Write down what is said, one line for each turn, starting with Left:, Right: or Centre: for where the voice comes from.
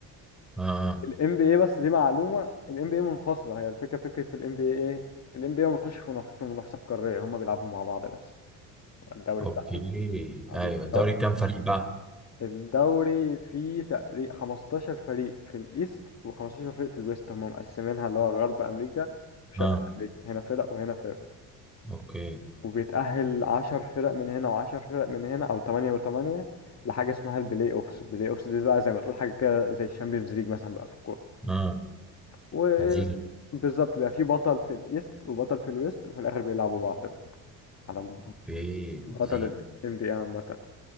Centre: امم
Left: الام بي اي بس دي معلومه الام بي اي منفصله هي الفكره فكره في الام بي اي ايه الام بي اي ما بيخش في منافسه في منافسه قاريه هم بيلعبوا مع بعض بس الدوري
Centre: اوكي
Left: بتاعهم آه،
Centre: ايوه
Left: بالظبط
Centre: الدوري كام فريق بقى
Left: الدوري فيه تقريبا 15 فريق في الايست و15 فريق في الويست هم مقسمينها اللي هو غرب امريكا وشرق
Centre: اه
Left: امريكا هنا فرق وهنا فرق
Centre: اوكي
Left: وبيتاهل 10 فرق من هنا و10 فرق من هنا او 8 و8 لحاجه اسمها البلاي اوفس البلاي اوفس دي بقى زي ما تقول حاجه كده زي الشامبيونز ليج مثلا بقى في الكوره
Centre: اه
Left: وبالظبط
Centre: لذيذ
Left: بيبقى في بطل في الايست وبطل في الويست وفي الاخر بيلعبوا بعض بقى على
Centre: اوكي
Left: بطل
Centre: عظيم
Left: ال NBA عامة